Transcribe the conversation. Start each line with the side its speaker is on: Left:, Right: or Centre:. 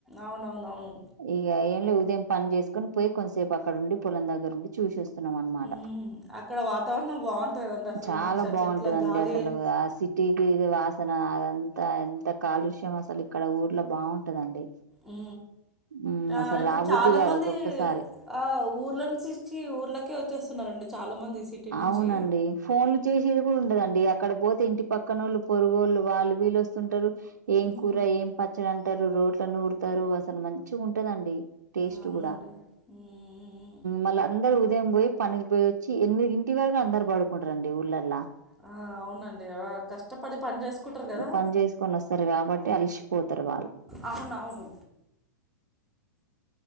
Centre: అవునవునవును
Right: ఇక ఏం లేవ్ ఉదయం పని చేసుకుొని పోయి కొద్ంతసేపు అక్కడ ఉండి పొలం దగ్గర ఉండి చూసి వస్త స్తున్నాము అనమాట
Centre: మ్మ్ అక్కడ వాతావరణం బాగుంటది కదండి అసలు
Right: చాల
Centre: మంచిగా
Right: బాగుంటదండి
Centre: చెట్ల గాలి
Right: అసలు ఆ సిటీకి ఇది వాసన అంత ఎంత కాలుష్యం అసలు ఇక్కడ ఊర్లో బాగుంటదండి
Centre: ఉ
Right: మ్మ్
Centre: ఆ
Right: అసలు
Centre: ఇప్పుడు
Right: రాబుద్ది
Centre: చాల
Right: కాదు
Centre: మంది
Right: ఒక్కొక్కసారి
Centre: ఆ ఊర్లో నుంచి వచ్చి ఊర్లకే వచ్చేస్తున్నారండి చాలా. మంది సిటీ నుంచి
Right: ఆవునండి ఫోన్లు చేసేది కూడా ఉండదండి అ అక్కడ పోతే ఇంటి పక్కన వాళ్ళు పొరుగుోళ్ళు వాళ్ళు వీళ్ళొస్తుంటరు ఏం
Centre: ఉమ్
Right: కూర ఏం పచ్చడ అంటరు రోట్లనూరుతారుఅసలు మంచిగా ఉంటదండి టేస్ట్
Centre: అవునండి
Right: కూడ
Centre: ఉమ్
Right: మళ్ళ అందరూ ఉదయం పోయి పనికి పోయి వచ్చి ఎనిమిది ఇంటి వరకు అందరు పాడుకుంటారండి ఊళ్లా
Centre: ఆ అవునండి ఆ కష్టపడి పని చేసుకుంటారు కదా
Right: పన్ చేసుకొని వస్తారు కాబట్టి అల్సిపోతారు వాళ్ళు
Centre: అవునవును